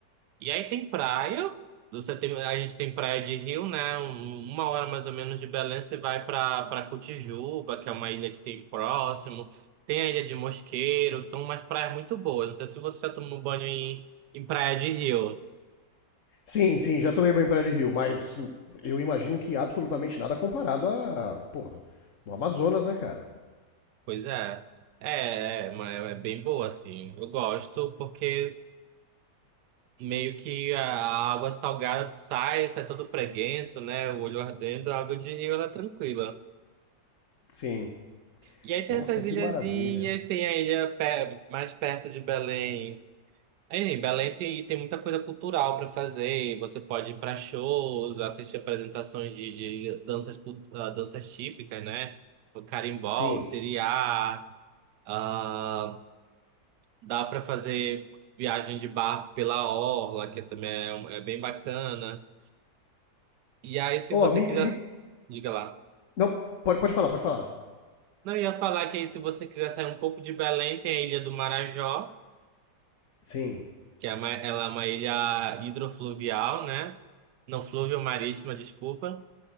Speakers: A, on the right; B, on the left.
A: E aí tem praia. Você tem, a gente tem praia de Rio, né? Um- Uma hora mais ou menos de Belém, você vai pra, pra Cotijuba, que é uma ilha que tem próximo. Tem a Ilha de Mosqueiro, são umas praias muito boas. Não sei se você já tomou banho em, em praia de Rio.
B: Sim, sim, já tomei banho em praia de rio, mas eu imagino que absolutamente nada comparado a, porra, no Amazonas, né, cara?
A: Pois é. É, é, ma- é é bem boa, assim. Eu gosto porque meio que a a água salgada tu sai, sai todo preguento, né? O olho ardendo, a água de rio ela é tranquila.
B: Sim.
A: E aí tem
B: Nossa,
A: essas
B: que
A: ilhazinhas,
B: maravilha.
A: tem a ilha pe- mais perto de Belém. Aí, Belém tem, tem muita coisa cultural para fazer. Você pode ir para shows, assistir apresentações de, de danças, cult- ah, danças típicas, né? O carimbó,
B: Sim.
A: o siriá. ah, Dá para fazer viagem de barco pela orla, que também é, um- é bem bacana. E aí, se
B: Ó,
A: você
B: me,
A: quiser.
B: me-
A: Diga lá.
B: Não, pode, pode falar, pode falar.
A: Não, eu ia falar que aí, se você quiser sair um pouco de Belém, tem a Ilha do Marajó,
B: Sim.
A: que é uma, ela é uma ilha hidrofluvial, né? Não, fluvio-marítima, desculpa.